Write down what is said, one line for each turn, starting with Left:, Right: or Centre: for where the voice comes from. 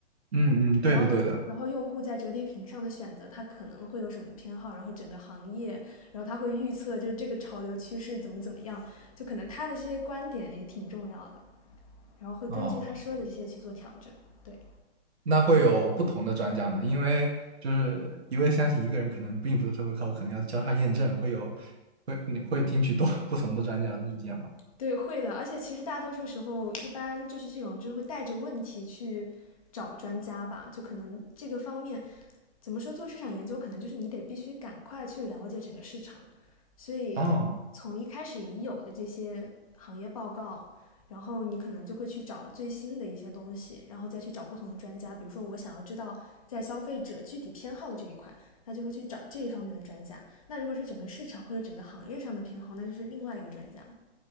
Right: 嗯嗯，对的对的，
Left: 然后，然后用户在折叠屏上的选择，他可能会有什么偏好，然后整个行业，然后他会预测就是这个潮流趋势怎么怎么样，就可能他的这些观点也挺重要的，然后会根据他说的这些去做调整。
Right: 啊、
Left: 对，
Right: 那会有不同的专家嘛？因为就是一味相信一个人可能并不是特别靠谱，可能要交叉验证，会有会你会听取多 <laughs> 不同的专家的意见嘛？
Left: 对，会的。而且其实大多数时候，一般就是这种，就是会带着问题去找专家吧。就可能这个方面，怎么说做市场研究，可能就是你得必须赶快去了解整个市场。所以从一开始已有的这些行业报告，
Right: 哦，
Left: 然后你可能就会去找最新的一些东西，然后再去找不同的专家。比如说，我想要知道在消费者具体偏好的这一块，那就会去找这一方面的专家。那如果是整个市场或者整个行业上的偏好，那就是另外一个专家。